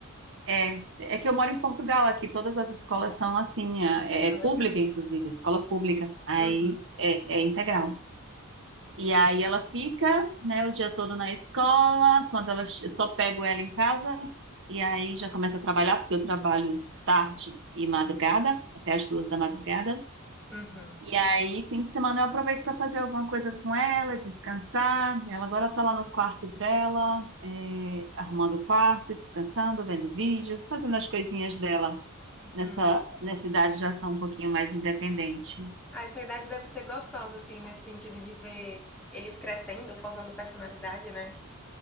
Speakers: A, on the right; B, in the centre.
A: É, é que eu moro em Portugal, aqui todas as escolas são assim, é, é
B: Ah,
A: pública,
B: legal.
A: inclusive, escola pública, aí
B: Uhum,
A: é é integral. E aí ela fica, né, o dia todo na escola, quando ela eu só pego ela em casa e aí já começa a trabalhar, porque eu trabalho tarde e madrugada, até as duas da madrugada.
B: uhum,
A: E aí, fim de semana eu aproveito para fazer alguma coisa com ela, descansar. Ela agora tá lá no quarto dela, é, arrumando o quarto, descansando, vendo vídeo, fazendo as coisinhas dela. Nessa,
B: uhum.
A: nessa idade já são um pouquinho mais independente.
B: Ah, essa idade deve ser gostosa, assim, nesse sentido de ver eles crescendo, formando personalidade, né?